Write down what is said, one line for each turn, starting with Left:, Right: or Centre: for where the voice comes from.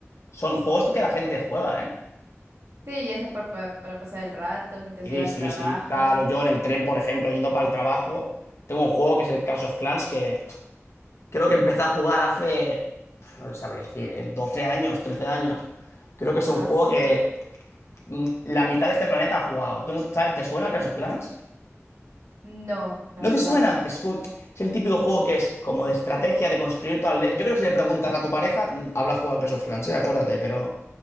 Left: son juegos que la gente juega, ¿eh?
Right: Sí, ya sea pa- pa- para, pasar el rato mientras
Left: Sí,
Right: llega al
Left: sí,
Right: trabajo.
Left: sí. Claro, yo en el tren, por ejemplo, yendo para el trabajo, tengo un juego que es el Clash of Clans que pff, creo que empecé a jugar hace, pff, no te sabría decir, ¿eh? 12 años, 13 años. Creo que es
Right: Aso,
Left: un juego que mm, la mitad de este planeta ha jugado. ¿Tú no, sabes, te suena el Clash of Clans?
Right: No, la
Left: ¿No
Right: verdad
Left: te suena?
Right: no.
Left: Es, co- es el típico juego que es como de estrategia, de construir tu aldea. Yo creo que si le preguntas a tu pareja, mm, habrá jugado a Clash of Clans, ¿eh? Acuérdate, pero